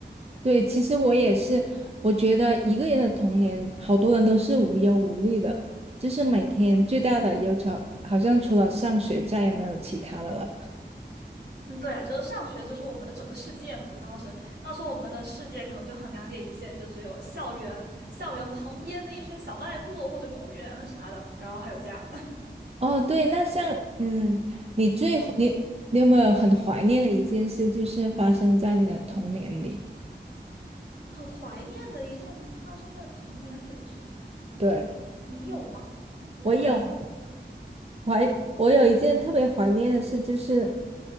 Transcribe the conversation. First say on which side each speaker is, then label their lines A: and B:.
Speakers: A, on the right (about 35°); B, on the right (about 65°).
A: 对，其实我也是，我觉得一个人的童年，好多人都是无忧无虑的，就是每天最大的忧愁，好像除了上学，再也没有其他的了。
B: 嗯，对啊，就是上学就是我们的整个世界嘛，就当时当时我们的世界可能就很两点一线，就只有校园，校园旁边那一圈小卖部或者公园啥的，然后还有家，
A: 哦，对，那像，嗯，你最你你有没有很怀念的一件事，就是发生在你的童年里？
B: <laughs> 很怀念的一件发生在童年里的事情，
A: 对，
B: 你有吗？我我要先想一想，
A: 我有。我还我有一件特别怀念的事，就是